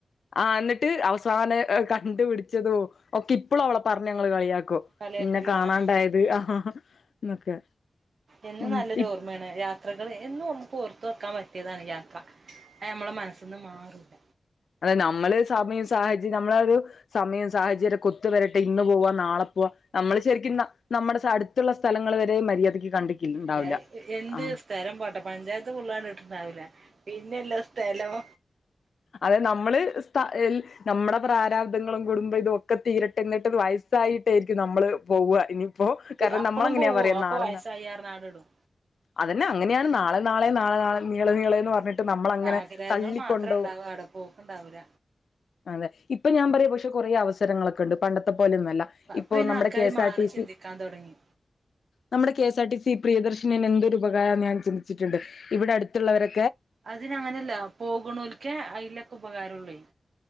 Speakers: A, on the left; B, on the right.
A: ആ ന്നിട്ട് അവസാന കണ്ടുപിടിച്ചതും ഒക്കെ ഇപ്പളും ഓളെ പറഞ്ഞങ്ങള് കളിയാക്കും.
B: കളിയാക്കല്
A: നിന്നെ കാണാണ്ടായത്
B: ആഹ്
A: എന്നൊക്കെ
B: എന്നും
A: ഉം
B: നല്ലൊരു
A: ഇപ്പ
B: ഓർമ്മയാണ്. യാത്രകൾ എന്നും നമുക്ക് ഓർ ത്തു വെക്കാൻ പറ്റിയതാണ് യാത്ര. അത് നമ്മള മനസ്സന്ന് മാറൂല്ല
A: അതെ നമ്മള് സമയം സാഹചര്യം നമ്മള ഒരു സമയും സാഹചര്യക്കേ ഒത്തുവരട്ടെ ഇന്ന് പൂവ്വാ നാളെ പൂവാ നമ്മള് ശരിക്കും നമ്മടെ അടുത്തുള്ള സ്ഥലങ്ങൾ വരെ മര്യാദക്ക് കണ്ടിട്ടുണ്ടാവില്ല
B: ഇല്ല എന്ത്
A: ആ
B: സ്ഥലം പോട്ടെ പഞ്ചായത്ത് ഫുള്ള് കണ്ടിട്ടിണ്ടാവില്ല. പിന്നല്ലാ സ്ഥലം.
A: അതെ നമ്മള് സ്ഥ എൽ ഞമ്മടെ പ്രാരാബ്ദങ്ങളും കുടും ബ ഇതൊക്കെ തീരട്ടെ എന്നിട്ട് വയസ്സായിട്ടായിരിക്കും നമ്മള് പോവ്വാ ഇനി. അപ്പോ കാരണം
B: അപ്പളും
A: നമ്മള അങ്ങനെയാ
B: പോവോ
A: പറയാ
B: അപ്പൊ
A: നാളെ
B: വയസ്സായി
A: നാ
B: പറഞ്ഞ് ആടെ ഇടും
A: അതന്നെ അങ്ങനെയാണ്. നാളെ നാളെ നാളെ നാളെ നീളേ നീളേന്ന് പറഞ്ഞിട്ട് നമ്മളങ്ങനെ
B: ആഗ്രഹങ്ങൾ
A: തള്ളി
B: മാത്രം
A: കൊണ്ടോവും.
B: ഉണ്ടാവ ആടെ പോക്കുണ്ടാവൂല
A: അതേ ഇപ്പ ഞാൻ പറയാ പക്ഷേ കൊറേ അവസരങ്ങളൊക്കെണ്ട് പണ്ടത്തെ പോലെയൊന്നല്ല ഇപ്പൊ
B: അപ്പൊ അയിന്
A: നമ്മുടെ
B: ആൾക്കാര്
A: കെസ്ആർടിസി
B: മാറി ചിന്തിക്കാൻ തുടങ്ങി
A: നമ്മടെ K S R T C പ്രിയദർശനിയെന്നെ എന്തൊരു ഉപകാരാന്ന് ഞാൻ ചിന്തിച്ചിട്ട്ണ്ട് ഇവിടെ അടുത്ത്ള്ളവരെ
B: അതിനങ്ങനെല്ല പോക്ണോൽക്കേ അയ്ലക്കെ ഉപകാരൊള്ളയ്.